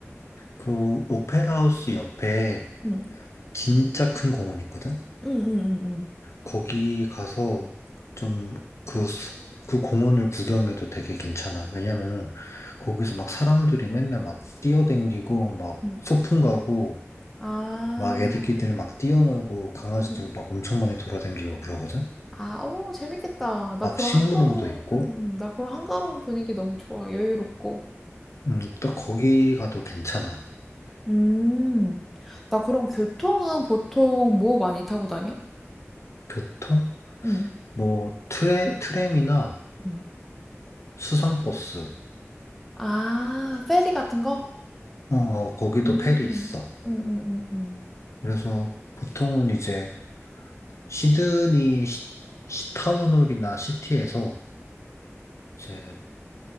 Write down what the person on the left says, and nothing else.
그 오페라 하우스 옆에
진짜 큰 공원 있거든?
거기 가서 좀 그, 그 공원을 구경해도 되게 괜찮아. 왜냐면은 거기서 막 사람들이 맨날 막 뛰어댕기고 막
소풍 가고
막 애기들 막 뛰어놀고 강아지들
막 엄청 많이 돌아댕기고 그러거든.
막
식물원도
있고,
음, 딱 거기 가도 괜찮아.
교통?
뭐 트레, 트램이나
수상버스,
어, 거기도
페리 있어.
그래서 보통은 이제 시드니 시, 시타운홀이나 시티에서 이제